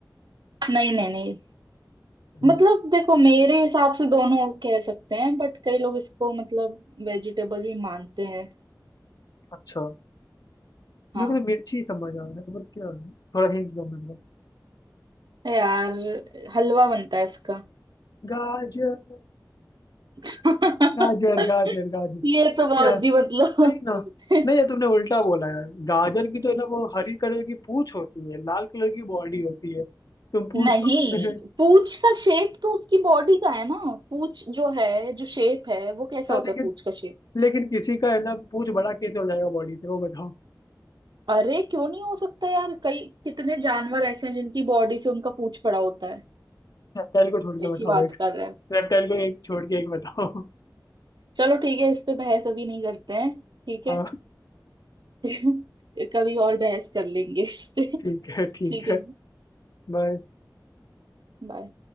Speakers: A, on the right; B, on the left.
A: नहीं नहीं नहीं
B: हम्म,
A: मतलब देखो मेरे हिसाब से दोनों कह सकते हैं बट कई लोग इसको मतलब वेजिटेबल भी मानते हैं
B: <laughs> अच्छा
A: हाँ
B: मेरे को तो मिर्ची समझ आ रहा है और क्या है थोड़ा हिंट दो मेरे को
A: यार हलवा बनता है इसका
B: गाजर
A: <laughs>
B: गाजर गाजर गाजर
A: ये तो
B: अरे
A: बहुत
B: यार
A: ही मतलब
B: नहीं ना
A: <laughs>
B: नहीं यार तुमने उल्टा बोला है गाजर की तो है ना वो हरी कलर की पूंछ होती है लाल कलर की बॉडी होती है तुम पूंछ
A: नहीं
B: को तुमने <laughs>
A: पूछ का शेप तो उसकी बॉडी का है ना पूछ जो है जो शेप है वो कैसा
B: यार
A: होता
B: लेकिन
A: है पूछ का शेप
B: लेकिन किसी का है ना पूंछ बड़ा कैसे हो जाएगा बॉडी से वो बताओ
A: अरे क्यों नहीं हो सकता यार कई कितने जानवर ऐसे हैं जिनकी बॉडी से उनका पूंछ पड़ा होता है
B: रेप्टाइल को छोड़ के
A: कैसी
B: बताओ
A: बात
B: एक
A: कर रहे हो
B: रेप्टाइल को एक छोड़ के एक बताओ
A: चलो ठीक है इस पे बहस अभी नहीं करते हैं ठीक है
B: हाँ
A: <laughs> कभी और बहस कर लेंगे इस पे
B: ठीक है ठीक
A: ठीक है
B: है बाय
A: बाय